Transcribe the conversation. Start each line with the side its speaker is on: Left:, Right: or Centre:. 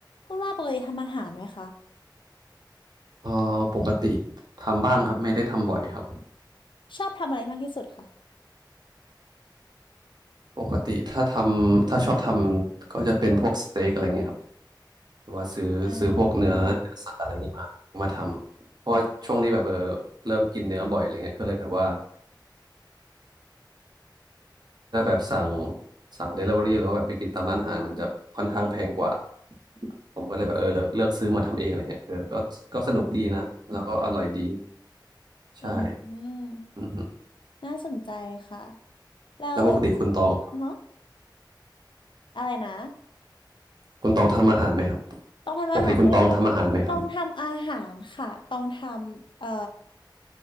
Left: คุณว่าปกติทำอาหารไหมคะ
Right: เอ่อปกติทำบ้างครับไม่ได้ทำบ่อยครับ
Left: ชอบทำอะไรมากที่สุดคะ
Right: ปกติถ้าทำถ้าชอบทำก็จะเป็นพวกสเต็กอะไรเงี้ยครับหรือว่าซื้อซื้อพวกเนื้อเนื้อสัตว์อะไรเงี้ยมามาทำเพราะว่าช่วงนี้แบบเออ
Left: อ่า
Right: เริ่มกินเนื้อบ่อยอะไรเงี้ยก็เลยแบบว่าถ้าแบบสั่งสั่งเดลิเวอรี่หรือว่าแบบไปกินตามร้านอาหารมันจะค่อนข้างแพงกว่าผมก็เลยแบบเออเลือกเลือกซื้อมาทำเองอะไรเงี้ยเออก็ก็สนุกดีนะแล้วก็อร่อยดีใช่
Left: อืมอืม
Right: อือฮึ
Left: น่าสนใจค่ะแล้ว
Right: แล้วปกติคุณตอง
Left: ฮะอะไรนะ
Right: คุณตองทำอาหารไหมครับ
Left: ต้องทำอาหารไหมต้องต้องทำอาหารค่ะต้องทำเอ่อ
Right: ปกติคุณตองทำอาหารไหมครับ